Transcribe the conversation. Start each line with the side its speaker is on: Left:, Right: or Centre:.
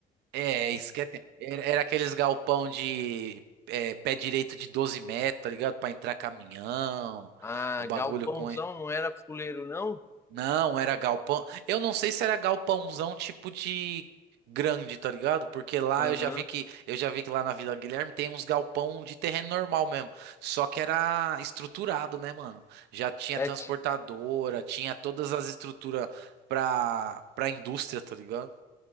Right: É, isso que é... te- Era, era aqueles galpão de é, pé direito de 12 metros, tá ligado? Pra entrar caminhão,
Left: Ah,
Right: o bagulho
Left: galpãozão
Right: com...
Left: não era fuleiro, não?
Right: Não, era galpão. Eu não sei se era galpãozão tipo de grande, tá ligado? Porque lá
Left: Aham.
Right: eu já vi que eu já vi que lá na Vila Guilherme tem uns galpão de terreno normal mesmo. Só que era estruturado, né, mano? Já tinha
Left: É,
Right: transportadora,
Left: ti-
Right: tinha todas as estruturas pra pra indústria, tá ligado?